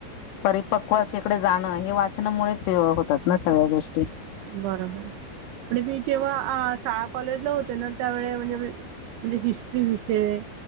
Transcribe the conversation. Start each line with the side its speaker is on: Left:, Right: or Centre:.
Left: परिपक्वते कडे जाणं हे वा चना मुळेच होतात ना सगळ्या गोष्
Right: बरोबर पण मी केव्हा आ शाळा, कॉलेजला होते ना त्यावेळे म्हणजे म्हणजे हिस्ट्री विषय